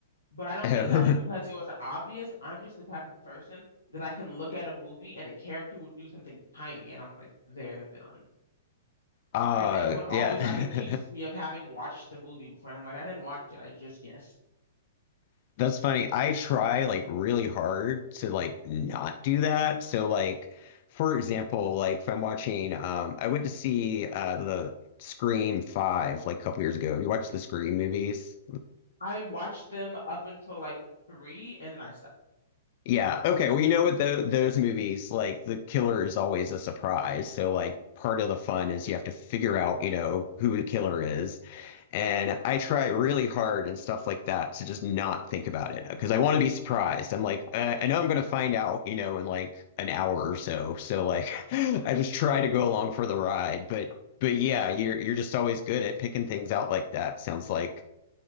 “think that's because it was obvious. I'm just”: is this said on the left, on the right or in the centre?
Left